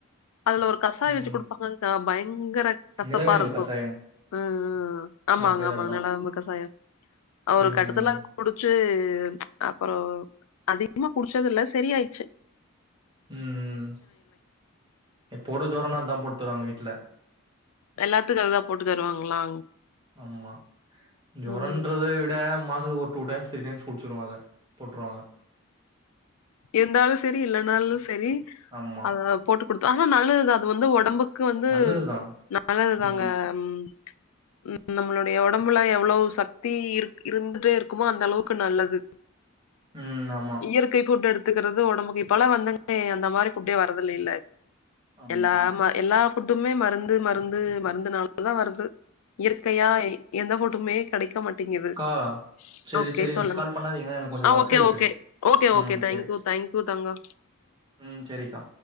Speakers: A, on the left; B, on the right.
A: அதுல ஒரு கசாய
B: ம்
A: வச்சு குடுப்பாங்கக்கா பயங்கர கசப்பா
B: நிலவேம்பு
A: இருக்கு
B: கசாயம்
A: ம் ம் ஆமாங்க
B: அது பேரு
A: ஆமாங்க
B: அதா
A: நலவேம்பு கசாயோ அ ஒரு
B: ம்
A: கட்டத்துல அதுக்குடிச்சு து அப்பறோ அதிகமா குடிச்சது இல்ல செரியாச்சு
B: ம் ம் இப்போட ஜோரனா அதா போட்டுதருவாங்க வீட்டுல
A: எல்லாத்துக்கு அததா போட்டு தருவாங்களா
B: ஆமா ஜோரன்றத
A: ம்.
B: விட மா சத்துக்கு ஒரு டூ டை டைம்ஸ் த்ரீ டைம்ஸ் குடிச்சிருவோ அத போட்டுருவாங்க
A: இருந்தாலு செரி இல்லனாலு செரி
B: ஆமா
A: அத போட்டு குடுத்த ஆனா நல்லது தா அது வந்து ஒடம்பு க்கு வந்து
B: நல்லதுதா
A: நல்லதுதாங்க
B: ம்
A: ம் ம் நம்பளுடைய ஒடம்புல எவ்ளோவு சத்தி இருக் இருந்துட்டே இருக்குமோ அந்த அளவுக்கு நல்லது
B: ம் ஆமா
A: இயற்கை ஃபுட் எடுத் துக்கிறது ஒடம்புக்கு இப்பெல்லா வந்தங்க அந்த மாரி ஃபுட்டே வரதில்லயில்ல
B: ஆமா
A: எல்லாமா எல்லா ஃபுட்டுமே மருந்து மருந்து மருந்துனால தா வர்து இயற்கையா எ எந்த ஃபுட்டுமே கெடைக்க மாட்டேங்குது
B: அக்கா சரி
A: ஓகே
B: சரி
A: சொல்லுங்க
B: நெக்ஸ்ட் கால் பண்ணாதீங்கன்னா எனக்கு கொஞ்சோ
A: அ
B: ஒர்க்
A: ஓகே
B: இருக்கு
A: ஓகே ஓகே
B: ம்
A: ஓகே தேங்க்யூ
B: சரி
A: தேங்க்யூ தங்க
B: ம் செரிக்கா